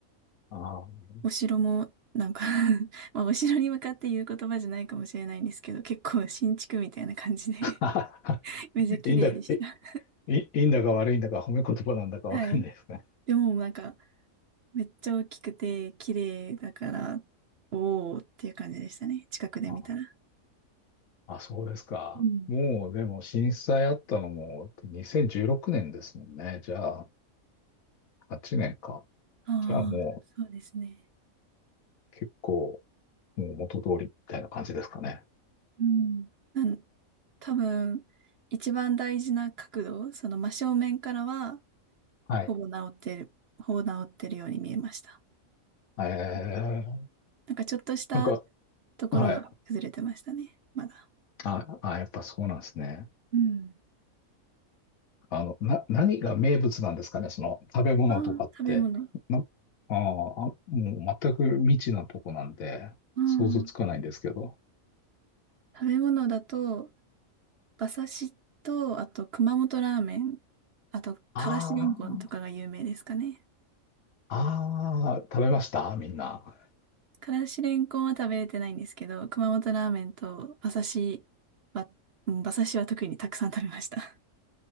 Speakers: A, on the left; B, on the right.
A: あ
B: お城も、なんか <laughs> まあ、お城に向かって言う言葉じゃないかもしれないんですけど、結構新築みたいな感じで
A: あ。
B: <laughs>
A: <laughs>
B: めっちゃ綺麗でした。
A: いいんだ、え、いいいんだか悪いんだか褒め言葉なんだかわかんないですね。
B: はい。でも、なんか、めっちゃ大きくて綺麗だから、おーっていう感じでしたね。近くで見たら。
A: ああ、そうですか。
B: うん。
A: もう、でも震災あったのも2016年ですもんね。じゃあ、8年か。
B: あ
A: じゃあも
B: あ、そうですね。
A: う結構、もう元通りみたいな感じですかね。
B: うん。なん、多分、一番大事な角度、その真正面からは、
A: はい。
B: ほぼ治ってる、ほぼ治ってるように見えました。
A: え
B: うん
A: ー
B: なんかちょっとした
A: なんか、
B: ところが崩れてましたね。
A: はい。
B: まだ。
A: あ、あ、やっぱそうなんですね。
B: うん。
A: あの、な、何が名物なんですかね、その食べ物とかって。
B: ああ、食べ物。
A: な、あーあ、もう全く未知なとこなんで、
B: うん。
A: 想像つかないんですけど。
B: 食べ物だと、馬刺しと、あと熊本ラーメン、あとからしれんこんとかが有名ですかね。
A: ああ、ああ、食べましたみんな。
B: からしれんこんは食べれてないんですけど、熊本ラーメンと馬刺しは、うん馬刺しは特にたくさん食べました。